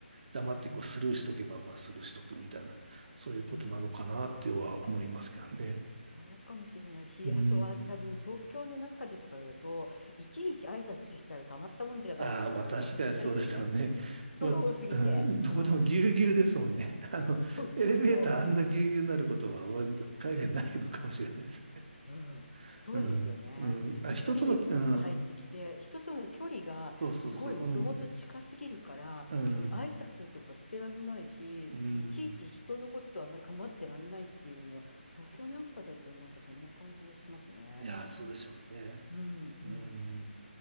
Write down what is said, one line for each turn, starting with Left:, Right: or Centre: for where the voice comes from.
Right: 黙ってこうスルーしとけば、
Left: うん。
Right: まあスルーしとくみたいな、そういうことなのかなっては思いますけどね。
Left: うん。そうかもしれないし、
Right: うー
Left: あとは多分東京の中でとかだと、
Right: ん。
Left: いちいち挨拶したらたまったもんじゃないっていうのあるかもしれないですよね。
Right: ああ、まあ確かにそうですよね。
Left: 人が多すぎて。
Right: まあ、うん、どこでもぎゅうぎゅうですもんね。
Left: うん。
Right: <laughs> あの、
Left: そうそうそう。
Right: エレベーターあんなぎゅうぎゅうになることは、まあ海外ないのかもしれないです。
Left: うん、
Right: <laughs>
Left: そうですよね。
Right: うん、うん、あ、
Left: 一人パッと入ってきて、
Right: 人との、うん、
Left: 人との距離がすごいもともと近すぎるから、
Right: そうそうそう、うん、うん、
Left: 挨拶とかしてらんないし、
Right: うん。
Left: いちいち人のことあんまり構ってらんないっていうのは、東京なんかだとなんかそんな感じはしますね。
Right: いやそうでしょうね。
Left: うん、
Right: うん、
Left: うん、